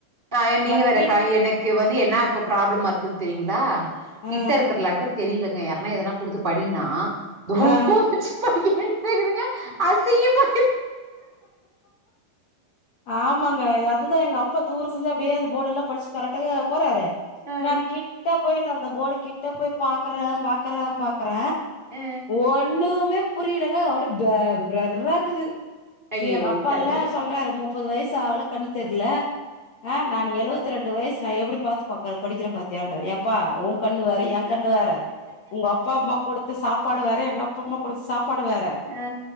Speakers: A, on the right; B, on the left.
A: ஆ நீங்க
B: நக்கி
A: வேற காய் எனக்கு வந்து என்னா இப்ப ப்ராப்ளமா இருக்குது தெரியுங்ளா கிட்ட
B: ஆ
A: இருக்கிற லெட்ரு தெரிலங்க யார்னா எதனா குடுத்து படின்னா தூரமா
B: ஆ
A: வச்சி படிக்க வேண்டியதா இருக்குதுங்க அசிங்கமா
B: ஆமாங்க அதுதா எங்க அப்பா தூரத்துல இருந்து அப்டியே அந்த போர்டெல்லா படிச்சி கரெக்டார போறாரு
A: ஆ
B: நானு கிட்ட போய் அந்த போர்ட் கிட்ட போய் பாக்கற பாக்கற பாக்கற
A: ஆ
B: ஒண்ணுமே புரிலங்க அப்டியே ப பிளர்ரா இருக்குது
A: ஐயோ
B: சே எங்க அப்பா
A: கடவுளே
B: இல்ல சொல் றாரு முப்பது வயசு ஆவுல கண்ணு தெர்ல ஆ நானு எழுவத் ரெண்டு வயசு நா எப்டி பாத்து இப்ப ப படிக்கிற பாத்தியான்றாரு ஏப்பா ஓ கண்ணு வேற ஏ கண்டுவார ஒங்க அப்பா அம்மா கொடுத்து சாப்பாடுவேற எங்கப் பா அம்மா குடுத்த சாப்பாடு வேற
A: ஆ ஆ